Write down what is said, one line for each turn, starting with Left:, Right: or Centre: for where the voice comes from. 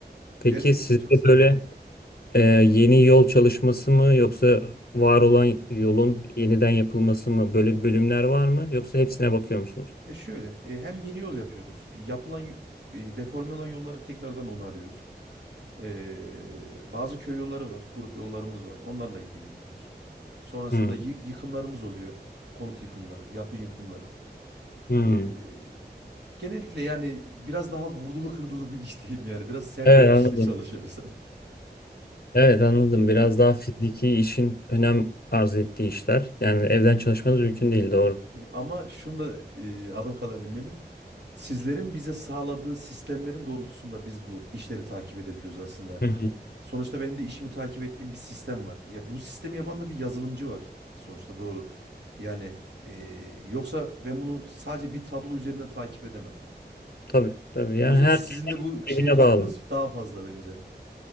Left: Peki
Right: Gerçekten
Left: sizde
Right: çok zor.
Left: böyle e, yeni yol çalışması mı yoksa var olan yolun yeniden yapılması mı? Böyle bölümler var mı? Yoksa hepsine bakıyor musunuz?
Right: Ya şöyle e, hem yeni yol yapıyoruz. Yapılan y- e, deforme olan yolları tekrardan onarıyoruz. Ee, bazı köy yolları var. Grup yollarımız var. Onlarla ilgileniyoruz. Sonrasında
Left: Hmm.
Right: yı- yıkımlarımız oluyor. Konut yıkımları, yapı yıkımları.
Left: Hmm.
Right: Ee, genellikle yani biraz daha vurdulu kırdılı bir iş diyeyim yani. Biraz sert
Left: Evet
Right: bir
Left: anladım.
Right: işte çalışıyoruz. <laughs>
Left: Evet anladım. Biraz
Right: Yani.
Left: daha fiziki işin önem arz ettiği işler. Yani evden çalışmanız mümkün değil doğru.
Right: evet. Ama şunu da e, adım kadar eminim. Sizlerin bize sağladığı sistemlerin doğrultusunda biz bu işleri takip edebiliyoruz aslında.
Left: Hı hı.
Right: Sonuçta benim de işimi takip ettiğim bir sistem var. Ya bu sistemi yapan da bir yazılımcı var. Sonuçta doğru. Yani e, yoksa ben bunu sadece bir tablo üzerinden takip edemem.
Left: Tabii tabii.
Right: O
Left: Yani
Right: yüzden
Left: herkes
Right: sizin de bu şeye
Left: birbirine
Right: katkınız
Left: bağlı.
Right: daha fazla bence.